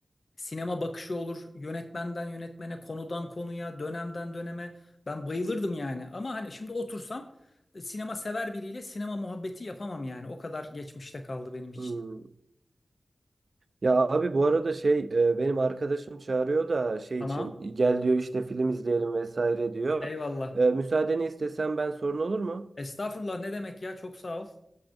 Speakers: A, on the left (about 60°); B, on the right (about 55°).
A: Sinema bakışı olur. Yönetmenden yönetmene, konudan konuya, dönemden döneme. Ben bayılırdım yani. Ama hani şimdi otursam e, sinema sever biriyle sinema muhabbeti yapamam yani. O kadar geçmişte kaldı benim için.
B: Hmm. Ya abi bu arada şey e, benim arkadaşım çağırıyor da şey
A: Tamam.
B: için gel diyor işte film izleyelim vesaire diyor.
A: Eyvallah.
B: E, müsaadeni istesem ben sorun olur mu?
A: Estağfurullah ne demek ya? Çok sağ ol.